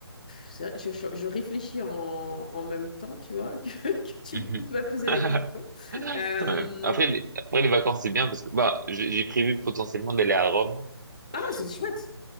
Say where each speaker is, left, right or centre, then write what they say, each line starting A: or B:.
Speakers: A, on the left; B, on the right.
A: Ça, je, je- je réfléchis en, en même temps, tu vois, <laughs> que, que tu
B: Mhm.
A: peux poser
B: <laughs>
A: la question. Euh,
B: Ouais. Après, les, après, les vacances, c'est bien parce que, bah, j'ai j'ai prévu potentiellement d'aller à Rome,
A: ah,
B: euh,
A: c'est chouette,